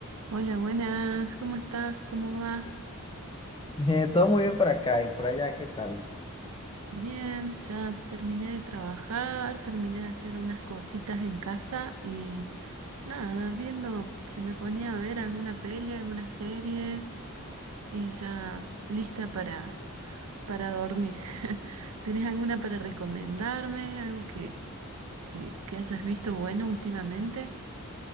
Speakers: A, on the right (about 75°); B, on the left (about 20°).
A: Hola, buenas, ¿cómo estás? ¿Cómo vas?
B: Eh, todo muy bien por acá y por allá, ¿qué tal?
A: Bien, ya terminé de trabajar, terminé de hacer unas cositas en casa y nada, viendo si me ponía a ver alguna peli, alguna serie y ya lista para, para dormir. <laughs> ¿Tenés alguna para recomendarme? ¿Algo que, que, que hayas visto bueno últimamente?